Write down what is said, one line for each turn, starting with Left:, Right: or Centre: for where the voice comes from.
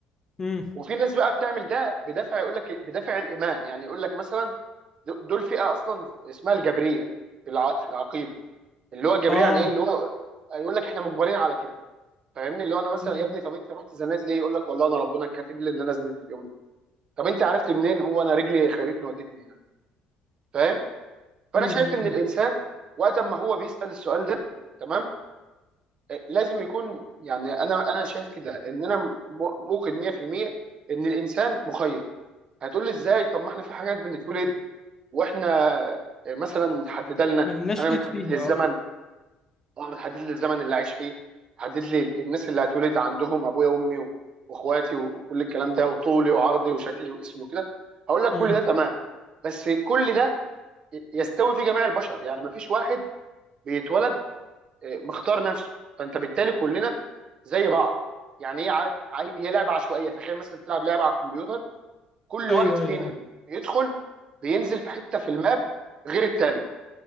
Left: مم.
Right: وفي ناس بقى بتعمل ده بدافع يقول لك إيه؟ بدافع الايمان يعني يقول لك مثلا د- دول فئه اصلا اسمها الجبريه في الع... في العقيده اللي هو الجبريه
Left: اه
Right: يعني ايه اللي هو يقول لك احنا مجبرين على كده فاهمني اللي هو انا مثلا
Left: مم.
Right: يا ابني طب انت رحت زنات ليه يقول لك والله انا ربنا كاتب لي ان انا ازني في اليوم ده طب انت عرفت منين هو انا رجلي خدتني ودتني هنا فاهم فانا
Left: مم. مم.
Right: شايف ان الانسان وقت ما هو بيسأل السؤال ده تمام آه، لازم يكون يعني انا انا شايف كده ان انا م- موقن 100% ان الانسان مخير هتقول لي ازاي طب ما احنا في حاجات بنتولد واحنا آه، مثلا متحدده لنا
Left: ملناش
Right: انا
Left: ايد
Right: متحدد
Left: فيها
Right: لي الزمن
Left: اه
Right: طبعا بتحدد لي الزمن اللي عايش فيه بتحدد لي الناس اللي هتولد عندهم ابويا وامي و- واخواتي وكل الكلام ده وطولي وعرضي وشكلي واسمي وكده هقول لك
Left: مم.
Right: كل ده تمام بس كل ده يستوي في جميع البشر يعني مفيش واحد بيتولد آه، مختار نفسه فانت بالتالي كلنا زي بعض يعني هي عارف عي- هي لعبه عشوائيه تخيل مثلا تلعب لعبه على الكمبيوتر كل
Left: ايوه
Right: واحد فينا
Left: ايوه ايوه
Right: يدخل بينزل في حته في الماب غير التاني